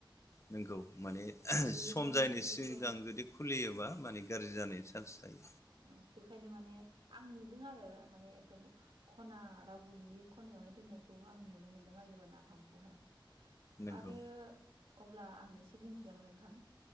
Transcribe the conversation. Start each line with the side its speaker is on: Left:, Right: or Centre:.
Left: नोंखौ माने
Right: बेनिखायनो
Left: सम जायिनि
Right: माने
Left: सिगां
Right: बेखौ
Left: जुदि खुलियोबा माने गाज्रि जानायनि चान्स थायो
Right: ओ बेखायनो माने आं नुदों आरो माने एकदम खना रावबो नुयि खनायावहाय दोननायखौ आं नुनो मोन्दों आरो जेनेबा नाफामखौहाय
Left: नंगौ
Right: आरो अब्ला आं एसे बुंसै नामा नोंथां